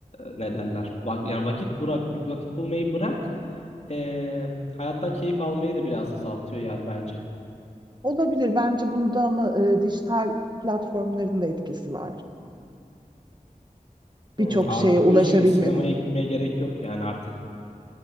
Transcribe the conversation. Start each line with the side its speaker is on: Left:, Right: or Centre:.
Left: ne derler Vak- yani vakit bırak vakit bulmayı bırak ee, hayattan keyif almayı da biraz azaltıyor yani bence.
Right: Olabilir bence bunda ama e, dijital platformların da etkisi var. Birçok
Left: Hmm, artık
Right: şeye ulaşabilmenin.
Left: diyorsun ki sinemaya gitmeye gerek yok yani artık.